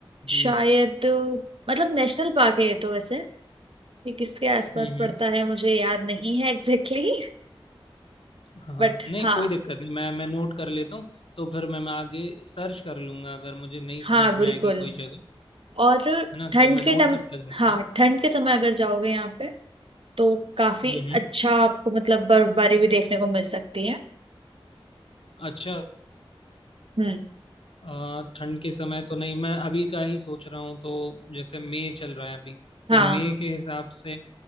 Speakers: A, on the left (about 70°); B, on the right (about 70°).
A: जी
B: शायद मतलब नेशनल पार्क है ये तो वैसे ये किसके आसपास
A: हम्म
B: पड़ता
A: हम्म
B: है मुझे याद नहीं है एग्जैक्टली exactly,
A: हाँ हाँ
B: <laughs> बट
A: नहीं
B: हाँ
A: कोई दिक्कत नहीं मैं मैं नोट कर लेता हूँ तो फिर मैं मैं आगे सर्च कर लूँगा अगर मुझे नहीं
B: हाँ
A: समझ में
B: बिल्कुल
A: आएगी कोई जगह
B: और
A: है ना
B: ठंड
A: तो मैं
B: के
A: नोट
B: टम
A: करता जाता
B: हाँ
A: हूँ
B: ठंड के समय अगर जाओगे यहाँ पे तो काफी
A: हम्म हम्म
B: अच्छा आपको मतलब बर्फबारी भी देखने को मिल सकती है
A: अच्छा
B: हम्म
A: आ, ठंड के समय तो नहीं मैं अभी का ही सोच रहा हूँ तो जैसे मई चल रहा है अभी
B: हाँ
A: तो मई के हिसाब से